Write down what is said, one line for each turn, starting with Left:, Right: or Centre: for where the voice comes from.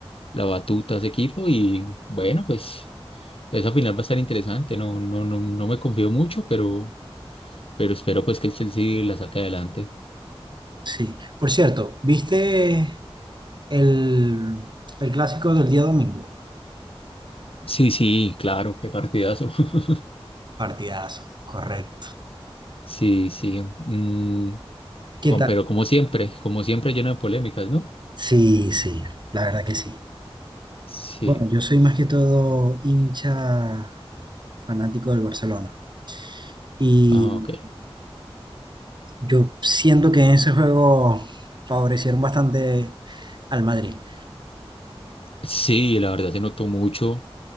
Left: la batuta a ese equipo y bueno, pues esa final va a estar interesante, no, no, no, no me confío mucho, pero, pero espero pues que el Chelsea la saque adelante.
Right: Sí. Por cierto, ¿viste el, el clásico del día domingo?
Left: Sí, sí, claro, qué partidazo. <laughs>
Right: Partidazo, correcto.
Left: Sí, sí, mm,
Right: ¿Qué
Left: con-
Right: tal?
Left: pero como siempre, como siempre lleno de polémicas, ¿no?
Right: Sí, sí, la verdad que sí.
Left: Sí,
Right: Bueno, yo soy más que todo hincha fanático del Barcelona. Y
Left: ah, ok.
Right: yo siento que en ese juego favorecieron bastante al Madrid.
Left: Sí, la verdad se notó mucho.